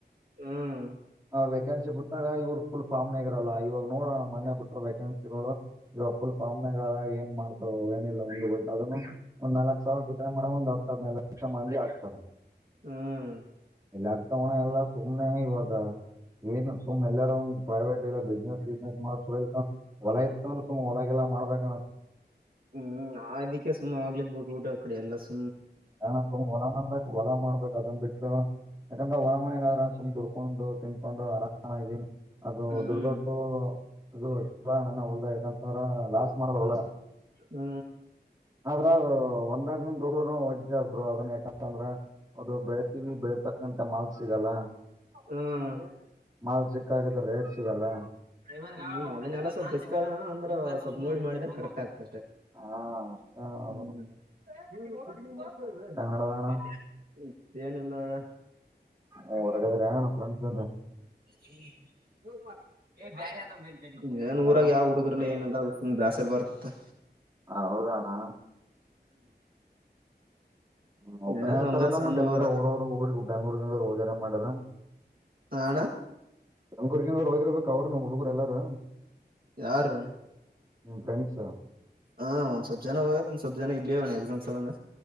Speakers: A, on the right; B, on the right.
A: ಹ್ಮ್
B: ಆ ವೆೇಕೆನ್ಸಿ ಬಿಟ್ಟಾಗ ಇವ್ರ ಫುಲ್ ಪಂಮ್ ನಾಗರಲ್ಲ ಇವಾಗ ನೋಡೋಣ್ಣ ಮನ್ನೆ ಬಿಟ್ಟ ವ್ಯಾೇಕೆನ್ಸಿಗಳು ಇವಾಗ ಫುಲ್ ಫಾರ್ಮ್ನಗಾದರ ಏನ್ ಮಾಡ್ ಹದಲ್ಲ <unintelligible> ಅದನ್ನು ಒಂದ ನಲ್ಕಕ್ ಸಾವಿರ ವಿತ್ ಡ್ರಾ ಮಾಡಮ್ ಒಂದ್ ಹತ್ತುದ ಹಧ್ನೈದು ಲಕ್ಷ ಲಕ್ಷ ಮಂದಿ ಆಗ್ತಾರ
A: ಹ್ಮ್
B: ಇಲ್ಲ ಆಗ್ತಾವಣ ಎಲ್ಲಾ ಸುಮ್ನೆ ಇವಾಗ ಏನು ಸುಮ್ಮ್ ಎಲ್ಲಾರ ಒ ಪ್ರೈವೇಟ್ ಎಲ್ಲ ಬಿಸ್ನೆಸ್ ವಿಸ್ನೆಸ್ ಮಾಡ ಹೊಲ ಇತ್ಂದ್ರೆ ಸುಮ್ಮ್ ಒಳಗಿಲ್ಲ ಮಾಡ್ಬೇಕು
A: ಹ್ಮ್ ಆದಕ್ಕೆ ಸುಮ್ಮ ಆಗ್ಲದ ಬಿಟ್ಟು ಊಟಕ್ಕೆ ಅ ಎಲ್ಲ ಸೂ
B: ಆ ಅಣ್ಣ ಹೊಲಾ ಮಾಡ್ಬೇಕಕ್ ಹೊಲಾ ಮಾಡ್ಬೇಕು ಅದನ್ ಬಿಟ್ಟ್ರ ಯಾಕಂದ್ರ ಹೊಲ ಮನೆಾಗ ಸುಮ್ ದುಡ್ಕೊಂಡು ತಿನ್ಕೊಂಡು ಆರಾಮಾಗಿ ಅದು
A: ಹ್ಮ್
B: ದುಡ್ಡತೂ ಅದು ನಾನ ಹೊಲ್ದ ಯಾಕಂತ್ರ ಲಾಸ್ಟ್ ಮಾಡದವಳ
A: ಹ್ಮ
B: ಆದ್ರ ಅವರು ಬಂದ ದಡ್ ವಜ್ಜೆ ಆದ್ರು ಅದನ್ನ ಯಾಕಂತಂದ್ರ ಅದು ಬೆಳತವಿ ಬೆಳತಕ್ಕಂತ ಮಾಲ್ ಸಿಗಲ್ಲ
A: ಹ್ಮ್
B: ಮಾಲ್ ಸಿ ಕಾಗಿದ್ರ ರೇಟ್ ಸಿಗಲ್ಲ
A: ಹ್ಮ ಅದನ್ನಲ್ಲ ಸ್ವಲ್ಪ ಬಿಸಕ ಅಂದ್ರೆ ಸ್ವಲ್ಪ ನೋಡಿ ಮಾಡಿದ್ರೆ ಕರೆಕ್ಟ್ ಆಗ್ತದೆ
B: ಹಾ ಅಷ್ಟ ಅದನ್ನ
A: ಹ್ಮ್ <unintelligible> ಗ ಮಾಡ್ತ <unintelligible>
B: ಕನ್ನಡದ ಅಣ್ಣ
A: ಏನಲ್ಲ ಆಯ
B: ಹೊರಗದ್ರೆ
A: ಹೆಂಗ್ ಮಾಡಿದ ಹೊರ
B: ಅಣ್ಣ ಫ್ರೆಂಡ್ಸ್ ಅಂತ
A: ಹ ಮಾಡ <unintelligible> ಹೇ ಬೇರೆ ಆದಿನ್ ಬರಿ ನ್ೂರಾಗ
B: ಅಣ್ಣ
A: ಯಾವ ಹುಡುಗಿರ್ಾ ಏನಿಲ್ಲಲ್ಲ ಬೈಸರ ಬರುತ್ತಾ
B: ಹ ಹೌದ ಅಣ್ಣ ಹ ಒಬನೇ
A: ಏನ್
B: ಆತಾರಲ್ಲ
A: ನಮ್ದೇನ್ ಸಣ್ಣ
B: ಮತ್ತತ್ ಎಲ್ಲರ
A: ಊರ
B: ್ರವರು ಊರು ಬೆಂಗ್ೂರ್ಗಂಗರುೋಗಗ್ಯಾರ ಮಾಡಾರ
A: ಹ ಅಣ್ಣ
B: ತಂಗ್ೂರ್ಗಂದವ್ರು ಹೋಗಿರ್ಬೇಕ ಅವ್ರರು ನಮ್ ಹುಗ್ಗರು ಎಲ್ಲಾರು
A: ಯಾರು
B: ಫ್ರೆಂಡ್ಸ್ಾ
A: ಹಾ ಒಂದ್ ಸ್ವಪ್ಪ ಜನ ಹೋಗಾರ ಒಂದ ಸ್ವಪ್ಪ ಜನ ಇಲ್ಲಿೇಣ ಎಕ್ಸಾಮ್ಸ್ಂದ